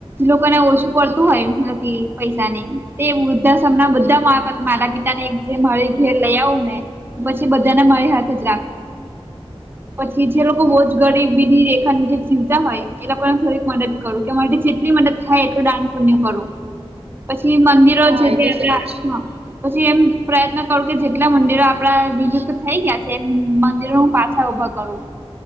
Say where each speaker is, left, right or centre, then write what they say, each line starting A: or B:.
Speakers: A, on the right; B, on the right.
A: લોકોને ઓછું પડતું હોય મ કે પૈસા ને તે વૃદ્ધાશ્રમ હમણા
B: હા
A: બધા
B: હા
A: માતા પિતા ને જે મારી ઘેર લઇ આવું મેં, પછી બધાને મારી હાથે જ રાખું. પછી જે લોકો
B: બરાબર
A: હો
B: છે.
A: રેખા ની જેે જીવતા હોય એ લોકોને થોડીક મદદ કરું કે માટે જેટલી મદદ થાય એટલું દાન પુણ્ય કરું. પછી મંદિરો
B: હા
A: છે
B: એ
A: જે
B: તો
A: કે આપણા હાથમાં
B: જ
A: પછી એમ પ્રયત્ન કરું કે જેટલા મંદિરો આપડા બીજુ થઈ ગયા છે એ મંદિરો પાછ ઉભા કરું.